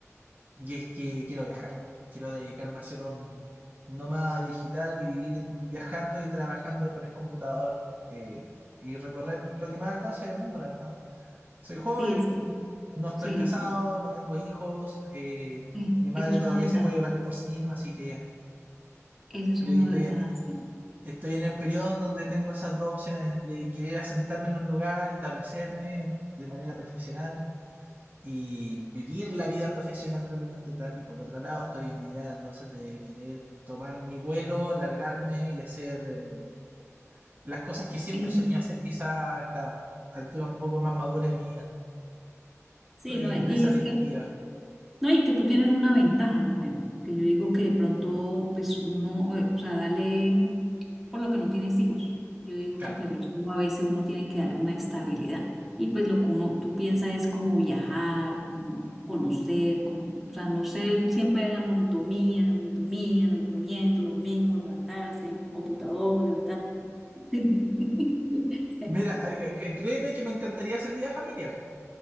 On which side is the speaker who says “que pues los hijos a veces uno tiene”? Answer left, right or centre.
Centre